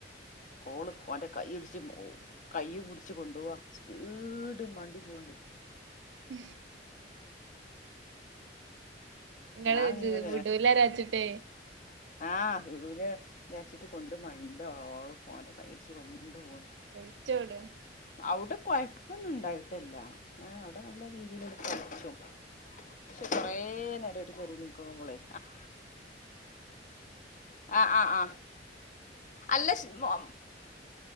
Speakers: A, on the left; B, on the right.
A: ഓള് ഓന്റെ കൈ ഇടിച്ചു കയ്യ്പിടിച്ച് കൊണ്ടവാ സ്പീഡ് മണ്ടി പോകണ്ട്
B: <inaudible> നിങ്ങള്
A: ഞാൻ
B: ഇത്
A: ഇങ്ങനെ
B: വിടൂലാരാച്ചിട്ടെ
A: ആ വിടൂലാരിച്ചിട്ട് കൊണ്ട് മണ്ട് ഓള് ഓന്റെ കയ്യൂടിച്ച് കൊണ്ടു പോവാണ്
B: ഒളിച്ചോടുവാ
A: അവിടെ കൊഴപ്പൊന്നും ഉണ്ടായിട്ടല്ല അവിടെ നല്ല രീതിൽ ഇവിടെ കളിച്ചും പക്ഷെ കൊറേനേരം ഒരു പെരേലിരിക്കുമ്പൊളെ ആ ആ ആ അല്ല ഷ്മോ